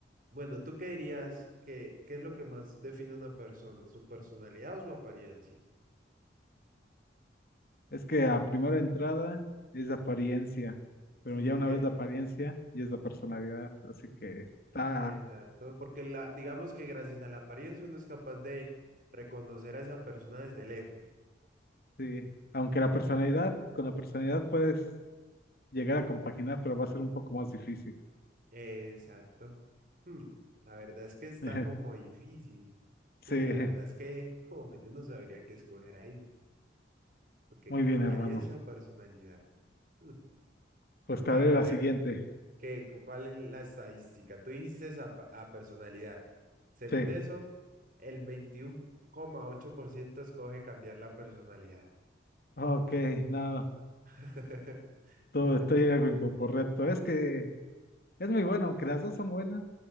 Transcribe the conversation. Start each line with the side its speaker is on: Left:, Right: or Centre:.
Right: bueno, ¿tú qué dirías? ¿Qué, qué es lo que más define a una persona? ¿Su personalidad o su apariencia?
Left: Es que a primera entrada es la apariencia, pero
Right: Sí,
Left: ya
Right: porque,
Left: una vez la apariencia ya es la personalidad, así que está,
Right: exacto, porque la, digamos que gracias a la apariencia uno es capaz de reconocer a esa persona desde lejos.
Left: sí. Aunque la personalidad, con la personalidad puedes llegar a compaginar, pero va a ser un poco más difícil.
Right: Exacto. Hmm, la verdad es que está
Left: <laughs>
Right: como difícil.
Left: Sí,
Right: Uy, la verdad es que <laughs> oh, yo no sabría qué escoger ahí, porque
Left: muy
Right: apariencia
Left: bien, hermano.
Right: o personalidad. Hmm,
Left: Pues
Right: Vamos
Left: te
Right: a
Left: haré
Right: ver
Left: la
Right: qué,
Left: siguiente.
Right: qué, cu- cuál es la estadística. Tú dijiste a, pa- a personalidad. Según
Left: Sí,
Right: eso, el veintiuno coma ocho por ciento escoge cambiar la personalidad.
Left: ok, no,
Right: <laughs>
Left: todo estoy
Right: <laughs>
Left: algo incorrecto. Es que es muy bueno, aunque las dos son buenas,